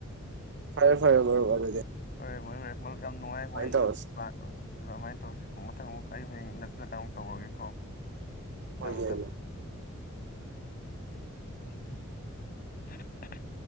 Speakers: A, on the right; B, on the left.
A: ꯐꯔꯦ ꯐꯔꯦ ꯃꯔꯨꯞ ꯑꯗꯨꯗꯦ
B: <unintelligible> ꯍ ꯃꯣꯏ ꯃꯔꯨꯞ ꯌꯥꯝ ꯅꯨꯡꯉꯥꯏ ꯋꯥꯔꯤꯁꯨ
A: ꯇꯧꯔꯁꯤ
B: ꯄ꯭ꯂꯥꯟ ꯑꯗꯨꯃꯥꯏꯅ ꯇꯧꯔꯁꯤ ꯃꯊꯪ ꯑꯃꯨꯛ ꯑꯩ ꯍꯌꯦꯡ ꯅꯛꯁꯤꯜꯂꯀ ꯑꯃꯨꯛ ꯇꯧꯔꯒꯦꯀꯣ
A: ꯍꯣꯏ
B: ꯊꯝꯃꯦ
A: ꯍꯣꯏ
B: ꯊꯝꯃꯦ <unintelligible>